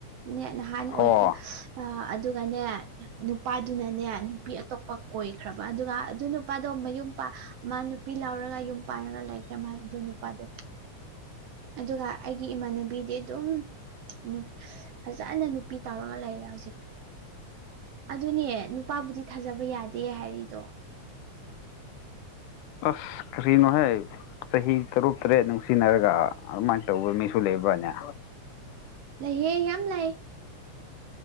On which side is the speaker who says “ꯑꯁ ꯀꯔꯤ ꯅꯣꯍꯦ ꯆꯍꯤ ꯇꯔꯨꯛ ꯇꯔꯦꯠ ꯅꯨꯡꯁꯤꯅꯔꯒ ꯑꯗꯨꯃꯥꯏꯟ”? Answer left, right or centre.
Left